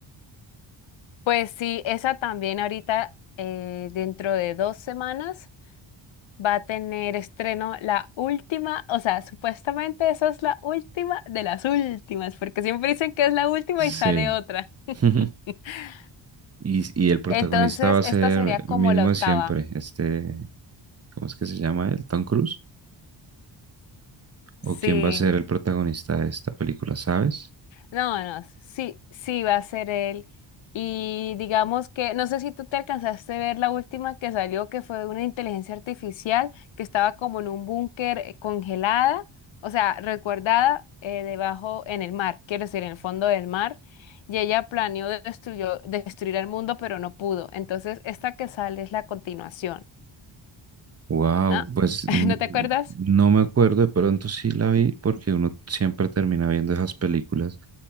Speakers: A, on the left; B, on the right.
A: Pues sí, esa también ahorita, eh, dentro de dos semanas, va a tener estreno la última, o sea, supuestamente esa es la última de las últimas, porque siempre dicen que es la última
B: Sí.
A: y sale otra. <laughs>
B: <laughs> Y, y el protagonista
A: Entonces,
B: va a ser
A: esta sería como
B: el mismo
A: la octava.
B: de siempre, este ¿Cómo es que se llama él? ¿Tom Cruise? ¿O
A: Sí.
B: quién va a ser el protagonista de esta película, sabes?
A: No, no, sí, sí va a ser él. Y digamos que, no sé si tú te alcanzaste a ver la última que salió, que fue una inteligencia artificial que estaba como en un búnker eh, congelada, o sea, recuerdada eh, debajo en el mar, quiero decir, en el fondo del mar, y ella planeó destruyó, destruir el mundo, pero no pudo. Entonces, esta que sale es la continuación,
B: Wow,
A: ¿no?
B: pues
A: <laughs>
B: mm,
A: ¿No te acuerdas?
B: no me acuerdo, de pronto sí la vi porque uno siempre termina viendo esas películas